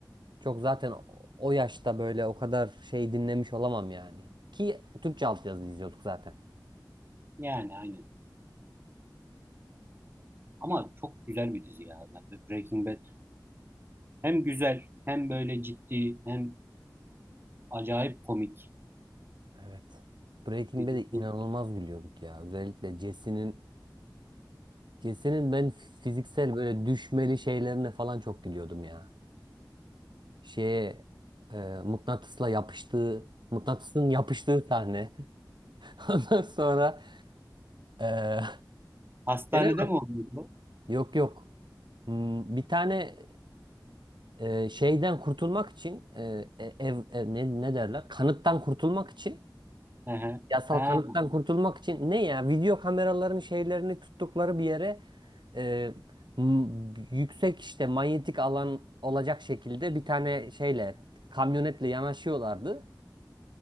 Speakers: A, on the right (about 75°); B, on the right (about 30°).
A: Çok zaten o yaşta böyle o kadar şey dinlemiş olamam yani. Ki Türkçe altyazılı izliyorduk zaten.
B: Yani aynen. Ama çok güzel bir dizi ya. Breaking Bad. Hem güzel hem böyle ciddi hem acayip komik
A: Evet. Breaking
B: bir
A: Bad'e
B: dizi.
A: inanılmaz gülüyorduk ya. Özellikle Jesse'nin Jesse'nin ben fiziksel böyle düşmeli şeylerine falan çok gülüyordum ya. Şeye e, mıknatısla yapıştığı mıknatısın yapıştığı sahne. <laughs> Ondan sonra e,
B: Hastanede
A: gene mi?
B: mi oluyor bu?
A: yok yok. Hmm, Bir tane e, şeyden kurtulmak için e, e, ev, e, ne, ne derler? Kanıttan kurtulmak için
B: Hı hı.
A: yasal
B: Ha,
A: kanıttan kurtulmak için ne ya video kameraların şeylerini tuttukları bir yere e, m- yüksek işte manyetik alan olacak şekilde bir tane şeyle kamyonetle yanaşıyorlardı.